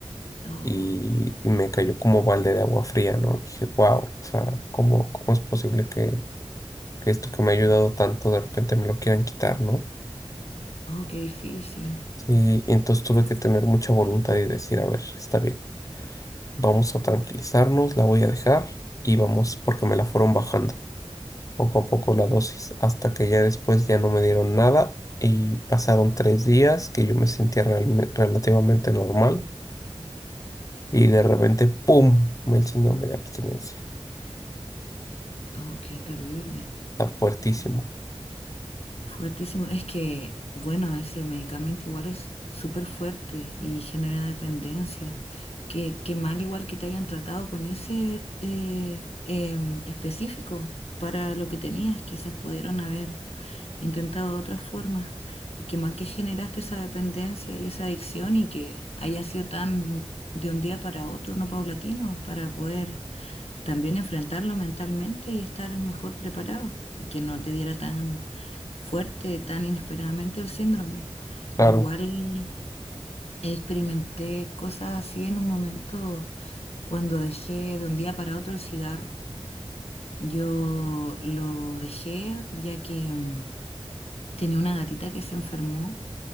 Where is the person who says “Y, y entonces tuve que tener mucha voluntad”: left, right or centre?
Left